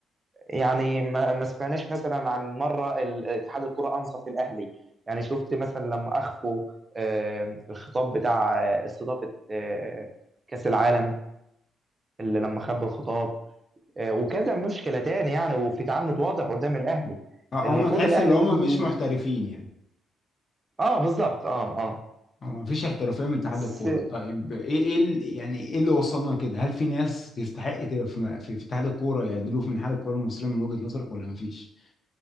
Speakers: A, on the right (about 25°); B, on the left (about 45°).
A: يعني ما ما سمعناش مثلا عن مره ال- اتحاد الكره انصف الاهلي يعني شفت مثلا لما اخفوا آه، الخطاب بتاع آه، استضافه آه، كاس العالم اللي لما خبوا الخطاب آه، وكذا مشكله تاني يعني وفي تعنت واضح قدام الاهلي
B: اه،
A: المفروض
B: هم تحس
A: الاهلي
B: ان هم مش محترفين يعني
A: اه بالظبط اه اه
B: ما فيش احترافيه من اتحاد
A: بس
B: الكوره طيب ايه ايه ال- يعني ايه اللي وصلنا كده هل في ناس تستحق تبقى في م- في في اتحاد الكوره يعدلوا من اتحاد الكوره المصريه من وجهه نظرك ولا ما فيش